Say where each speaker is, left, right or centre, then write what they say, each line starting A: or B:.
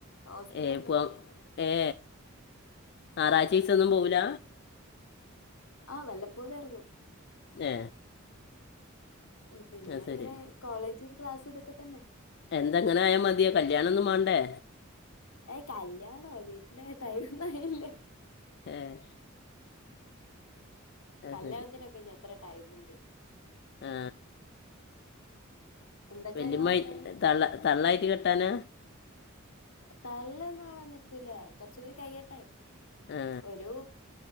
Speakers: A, on the left; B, on the left.
A: ഹോസ്റ്റ്ലന്നെ
B: ഏ പോവാ ഏ ഞായറാഴ്ച
A: ഉം
B: ദിവസോന്നും പോവൂല
A: ആഹ് വല്ലപ്പോഴും എറങ്ങും
B: ഏ
A: പിന്നെ
B: ആ ശരി
A: ഇങ്ങനെ കോളേജ് ക്ലാസ് ഇതൊക്കെ തന്നെ
B: എന്തെങ്ങനെ ആയാ മതിയോ കല്യാണം ഒന്നും മേണ്ടേ
A: ഏയ് കല്യാണോ വീട്ട്നെ ടൈമൊന്നും ആയില്ല
B: ആഹ്
A: കല്യാണത്തിനൊക്കെ
B: ശരി
A: ഇനി എത്ര ടൈമുണ്ട്
B: ആ
A: എന്തൊക്കെയാ
B: വല്യമ്മായ്
A: ഇങ്ങളെ വർത്താനം
B: തള്ള തള്ളായിട്ട് കെട്ടാന
A: തള്ളെന്നുമാവാൻ നിക്കൂല കൊറച്ച് കൂടി കയിയട്ടെ
B: ആ
A: ഒരു-